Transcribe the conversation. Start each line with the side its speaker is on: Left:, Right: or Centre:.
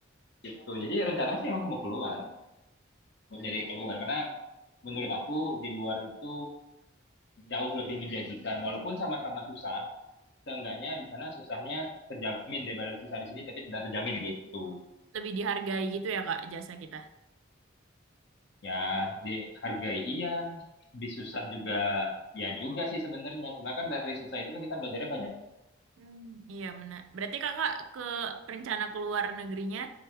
Left: Gitu. Jadi rencananya sih emang aku mau keluar, mau nyari keluar. Karena menurut aku di luar itu jauh lebih menjanjikan. Walaupun sama-sama susah, seenggaknya di sana susahnya terjamin daripada susah di sini tapi tidak terjamin gitu.
Right: Lebih dihargai gitu ya Kak jasa kita.
Left: ya dihargai iya disusah juga ya juga sih sebenarnya cuma kan dari susah itu kan kita belajarnya banyak
Right: Hmm, iya benar. Berarti Kakak ke rencana keluar negerinya